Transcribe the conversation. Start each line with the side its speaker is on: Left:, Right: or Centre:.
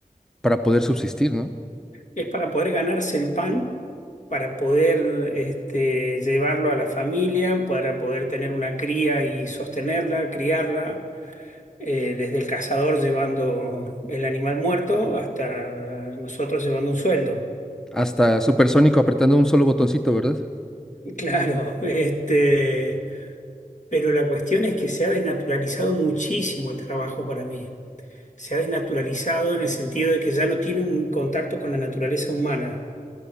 Centre: para poder subsistir, ¿no?
Left: Es para poder ganarse el pan, para poder este, llevarlo a la familia, para poder tener una cría y sostenerla, criarla, eh, desde el cazador llevando el animal muerto hasta nosotros llevando un sueldo.
Centre: Hasta Supersónico apretando un solo botoncito, ¿verdad?
Left: Claro, <laughs> este, pero la cuestión es que se ha desnaturalizado muchísimo el trabajo para mí. Se ha desnaturalizado en el sentido de que ya no tiene un contacto con la naturaleza humana.